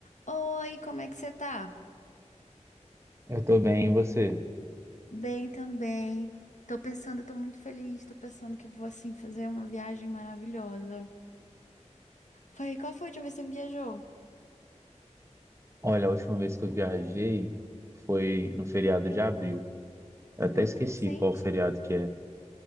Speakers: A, on the left (about 80°); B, on the right (about 20°).
A: Oi, como é que você tá?
B: Eu tô bem, e você?
A: Bem também. Tô pensando, eu tô muito feliz, tô pensando que eu vou assim fazer uma viagem maravilhosa. Foi, qual foi a última vez que você viajou?
B: Olha, a última vez que eu viajei foi no feriado de abril.
A: Ai,
B: Eu até esqueci
A: foi recente.
B: qual feriado que é.